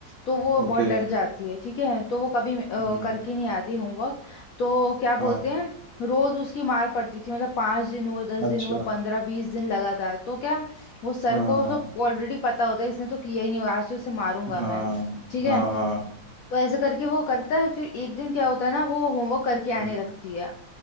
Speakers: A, on the left; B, on the right.
A: तो वो
B: ओके
A: बहुत डर जाती है ठीक है तो वो कभी अ,
B: हम्म
A: करके नहीं आती होमवर्क तो क्या
B: हाँ
A: बोलते हैं रोज उसकी मार पड़ती थी मतलब पांच दिन हुए दस दिन
B: अच्छा
A: हुए पंद्रह बीस दिन लगातार तो क्या वो सर
B: हाँ
A: को
B: हाँ
A: तो ऑलरेडी पता होता है इसने तो किया ही नहीं होगा आज तो इसे मारूंगा
B: हाँ
A: मैं ठीक है
B: हाँ हाँ
A: तो ऐसे करके वो करता है फिर एक दिन क्या होता है ना वो होमवर्क करके आने
B: हम्म
A: लगती है